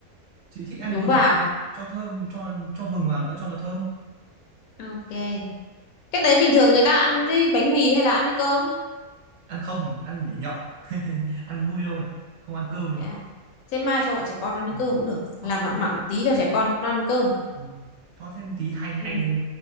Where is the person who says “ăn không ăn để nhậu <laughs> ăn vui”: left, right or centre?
Right